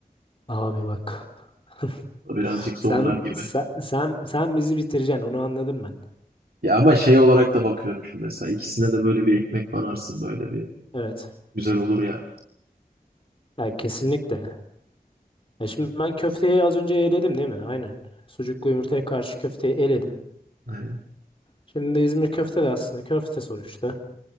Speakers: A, on the left (about 35°); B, on the right (about 70°).
A: Abi bak. <laughs>
B: Bu Birazcık zorlar
A: Sen,
B: gibi.
A: sen sen sen bizi bitireceksin onu anladım ben.
B: Ya ama şey olarak da bakıyorum şimdi mesela. ikisine de böyle bir ekmek banarsın böyle bir.
A: Evet.
B: Güzel olur ya.
A: Yani kesinlikle. Ya şimdi ben köfteyi az önce eledim değil mi? Aynen. Sucuklu yumurtaya karşı köfteyi eledim.
B: Hani,
A: Şimdi İzmir köfte de aslında köfte sonuçta.